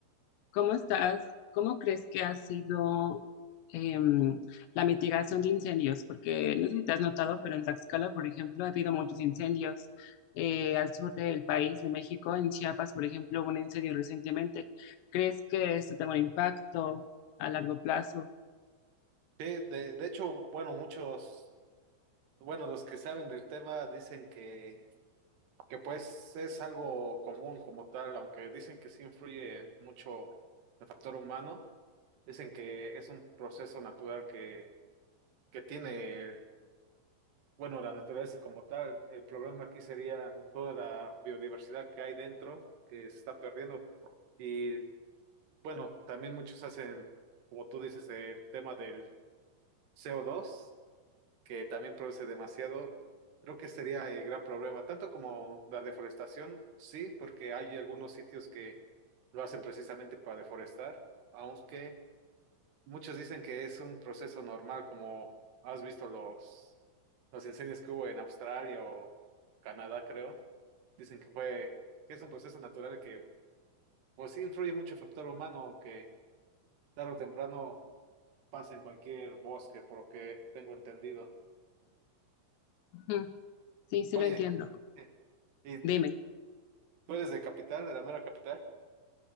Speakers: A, on the left (about 75°); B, on the right (about 60°).
A: ¿cómo estás? ¿Cómo crees que ha sido em, la mitigación de incendios? Porque no sé si te has notado, pero en Tlaxcala, por ejemplo, ha habido muchos incendios. Eh, al sur del país, de México, en Chiapas, por ejemplo, hubo un incendio recientemente. ¿Crees que esto tenga un impacto a largo plazo?
B: de, de hecho, bueno, muchos, bueno, los que saben del tema dicen que, que pues es algo común como tal, aunque dicen que sí influye mucho el factor humano. Dicen que es un proceso natural que, que tiene Bueno, la naturaleza como tal, el problema aquí sería toda la biodiversidad que hay dentro, que se está perdiendo. Y bueno, también muchos hacen, como tú dices, el tema del CO2, que también produce demasiado. Creo que sería el gran problema, tanto como la deforestación, sí, porque hay algunos sitios que lo hacen precisamente para deforestar, aunque Muchos dicen que es un proceso normal, como has visto los, los incendios que hubo en Australia o Canadá, creo. Dicen que fue, que es un proceso natural que, pues sí, influye mucho el factor humano, que tarde o temprano pasa en cualquier bosque, por lo que tengo entendido.
A: <laughs> Sí, sí
B: Oye,
A: lo entiendo.
B: eh, ¿y
A: Dime,
B: tú eres de capital, de la mera capital?